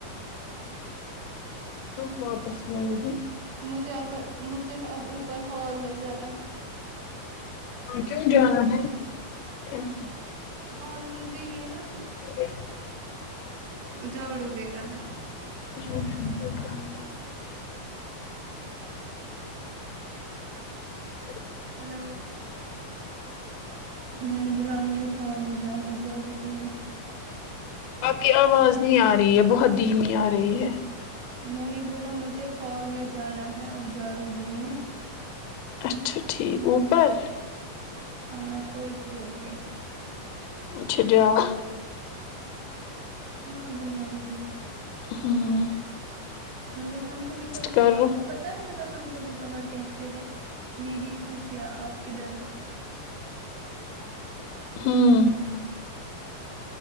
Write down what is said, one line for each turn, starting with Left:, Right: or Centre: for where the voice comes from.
Left: واپس رانگن
Right: مجھے اب مجھے اب اوپر ہال میں جانا ہے
Left: ہاں کیوں جانا ہے ایس
Right: ہال مجھے یہ نا
Left: ٹھیک ہے
Right: اجھاڑو دینا ہے
Left: شو شو تو ہاں اچہ
Right: ہلو جی نے بلااملی فون میں جانا چڑ د نہیں
Left: آپ کی آواز نہیں آ رہی ہے بہت دھیمی آ رہی ہے
Right: میں نے بولا مجھے ہال میں جانا ہے اب جھاڑو دینے
Left: اچھا ٹھیک اوپر
Right: ہاں تھرڈ فلور پہ
Left: اچھا جاو
Right: ہاں ابھی جاؤں گی
Left: ہاں
Right: مطلب ہم کبھی کب
Left: کرو
Right: کو پ تا ہے ہمطلب ہم کبھی کبھار کہتے ہیں میری خوشیاں آپ کدھر ہو
Left: ام